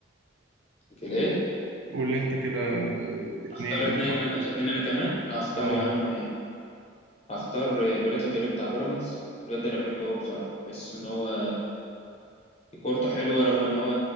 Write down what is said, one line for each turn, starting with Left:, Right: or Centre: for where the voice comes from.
Left: في الايه
Right: قول لي أنت كده اتنين
Left: اختار اتنين
Right: مش هتلوست
Left: انا اتنين انا كمان اختار
Right: آه
Left: يا عم اختار بريتو توريه بتاع بيراميدز الواد ده انا بحبه هو بصراحه بحس ان هو كورته حلوه رغم ان هو